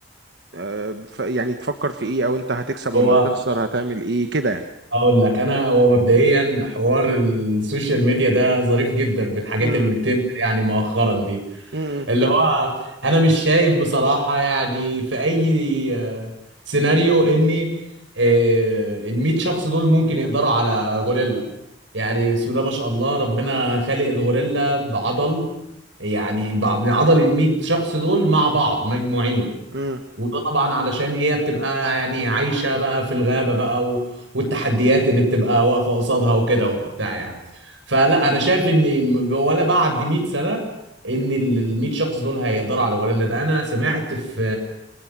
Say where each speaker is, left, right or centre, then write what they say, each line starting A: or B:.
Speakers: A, on the right; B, on the right.
A: آه، ف- يعني تفكر في ايه او انت هتكسب
B: هو
A: ولا هتخسر هتعمل ايه كده يعني
B: اقول لك انا هو مبدئيا حوار السوشيال ميديا ده ظريف جدا في الحاجات
A: امم
B: اللي بتنزل يعني مؤخرا دي
A: امم
B: اللي هو انا مش شايف بصراحه يعني في اي آه، سيناريو اني آه، ال 100 شخص دول ممكن يقدروا على غوريلا يعني بسم الله ما شاء الله ربنا خالق الغوريلا بعضل يعني بع- بعضل ال 100 شخص دول مع بعض مجموعين
A: امم
B: وده طبعا علشان هي بتبقى يعني عايشة بقى في الغابة بقى و... والتحديات اللي بتبقى واقفة قصادها وكده وبتاع يعني فلا أنا شايف إن م- ولا بعد 100 سنة إن ال ال 100 شخص دول هيقدروا على الغوريلا ده أنا سمعت في